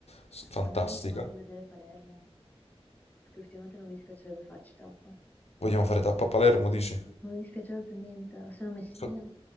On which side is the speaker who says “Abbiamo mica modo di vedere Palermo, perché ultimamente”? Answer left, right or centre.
Left